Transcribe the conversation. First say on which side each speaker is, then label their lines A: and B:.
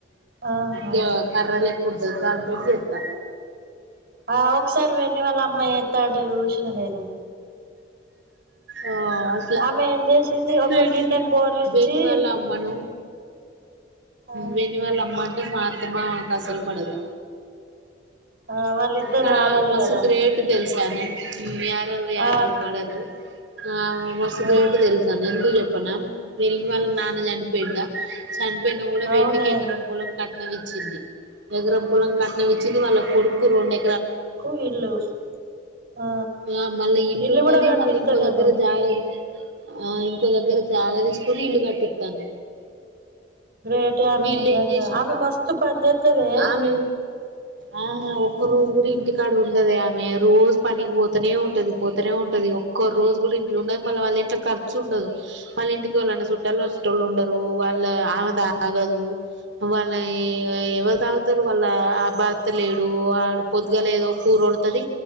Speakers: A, on the right (about 55°); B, on the right (about 70°).
A: ఆహా
B: గ కర్రలెక్కుటంది దాని తోటి చేత్త
A: ఆ ఒకసారి వెన్ని వాళ్ళ అమ్మాయి చేత్తంటే చూసిన నేను
B: ఆ అట్ల
A: ఆమె ఏం చేసింది ఒక
B: వెన్ని
A: గిన్నెని బోర్లిచ్చి
B: వెన్ని వాల్ల అమ్మను
A: ఆ
B: వెన్ని వాళ్ళ అమ్మ అంటే మా అత్తమామ కు అసలు పడదు
A: ఆ వాళ్ళిద్దరు
B: కని
A: ఆరాలు
B: ఆమె మస్తు
A: కదా
B: గ్రేట్ తెల్స్ యారాలు యారాలు
A: ఆ
B: పడరు ఆమె మస్తు
A: ఆ
B: గ్రేట్ తెలుసానె ఎందుకు చెప్పు కునం వెన్ని వాళ్ల నాన్న చనిపోయిండా చనిపోయిన గూడా
A: అవునే
B: వెన్నికి ఎకరం పొలం కట్నం ఇచ్చింది ఎగరం పొలం కట్నం ఇచ్చింది వాళ్ళ కొడుకు రొండె
A: కు ఇల్లు ఆ
B: ఆ మళ్ళ ఇల్లున్నది
A: ఇల్లు కూడా కట్టిత్తదేమో
B: మళ్ళింకో దగ్గర జాగ ఆ ఇంకొ దగ్గర జాగ తీసుకొని ఇల్లు కట్టితాంది
A: గ్రేటే ఆమె
B: విల్లెంచేసిల్లు
A: నిజంగా ఆమె మస్తు పని చేత్తదే
B: ఆమె ఆ ఒక్క రోజు గూడ ఇంటికాడ ఉండదే ఆమె రోజు పనికి పోతనే ఉంటది పోతనే ఉంటది ఒక్క రోజు గూడ ఇన్ ట్లుండది మళ్ళ వాళ్ళ ఇంట్ల ఖర్చు ఉండదు వాళ్ళ ఇంటికి ఎవల్లన్న చుట్టాలు వచ్చేటోళ్ళు ఉండరు వాళ్ళ ఆమె తాగదు వాళ్ళ ఎ ఎవరు తాగుతారు వాళ్ళ ఆ భర్త లేడు వాడ్ పొద్దుగా లేదో కూరొండుతది